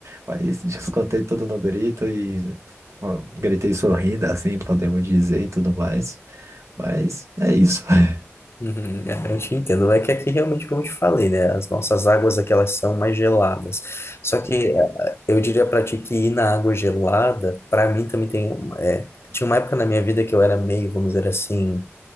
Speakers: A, on the right (about 80°); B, on the left (about 60°).
A: mas descontei tudo no grito Ó, Gritei sorrindo, assim podemos dizer e tudo mais. Mas é isso. <laughs>
B: Uhum, é, eu te entendo. É que aqui realmente, como eu te falei, né? As nossas águas aqui elas são mais geladas. Só que eh, eu diria pra ti que ir na água gelada, pra mim também tem. um- É, tinha uma época na minha vida que eu era meio, vamos dizer assim,